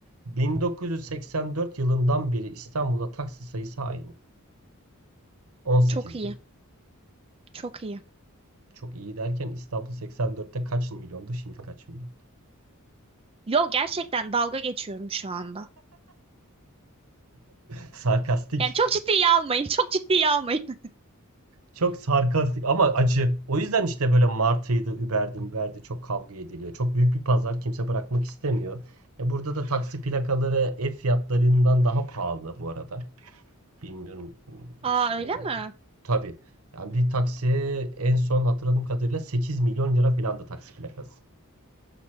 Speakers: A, on the right (about 80°); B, on the right (about 25°).
A: 1984 yılından beri İstanbul'da taksi sayısı aynı. 18
B: Çok iyi.
A: bin.
B: Çok iyi.
A: Çok iyi derken İstanbul 84'te kaç milyondu şimdi kaç milyon?
B: Yo gerçekten dalga geçiyorum şu anda.
A: <laughs> Sarkastik.
B: Yani çok ciddiye almayın. Çok ciddiye almayın. <laughs>
A: Çok sarkastik ama acı. O yüzden işte böyle Martı'ydı, Uber'di, Uber'di çok kavga ediliyor. Çok büyük bir pazar kimse bırakmak istemiyor. E burada da taksi plakaları ev fiyatlarından daha pahalı bu arada. Bilmiyorum hmm,
B: Aa
A: hiç
B: öyle mi?
A: Tabii. Yani bir taksi en son hatırladığım kadarıyla 8 milyon lira falan da taksi plakası.